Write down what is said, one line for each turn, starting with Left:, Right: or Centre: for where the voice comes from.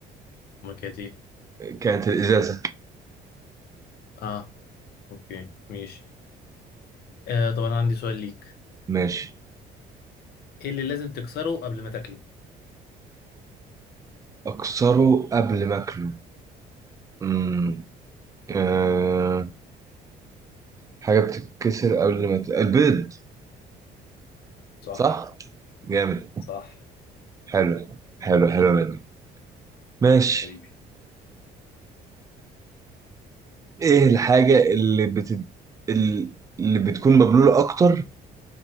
Left: امال كانت ايه
Right: كانت الازازه
Left: اه اوكي ماشي آه طب انا عندي سؤال ليك
Right: ماشي
Left: ايه اللي لازم تكسره قبل ما تاكله
Right: اكسره قبل ما اكله مم. أه حاجة بتتكسر قبل ما ت... البيض
Left: صح
Right: صح؟ جامد
Left: صح
Right: حلو حلو حلو منك ماشي
Left: حبيبي
Right: ايه الحاجة اللي بت... ال- اللي بتكون مبلولة اكتر